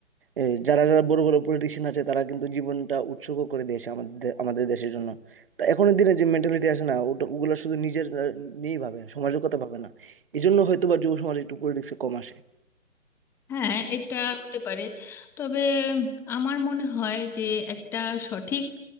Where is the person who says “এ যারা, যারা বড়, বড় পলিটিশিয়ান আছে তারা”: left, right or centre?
Right